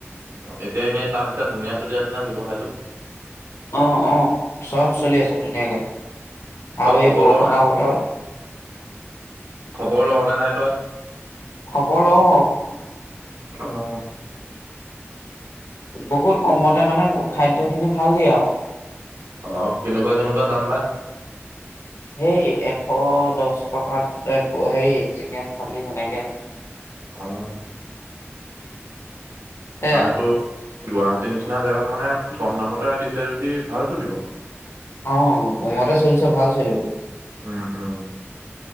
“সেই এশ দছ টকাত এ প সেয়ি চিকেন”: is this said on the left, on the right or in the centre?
Left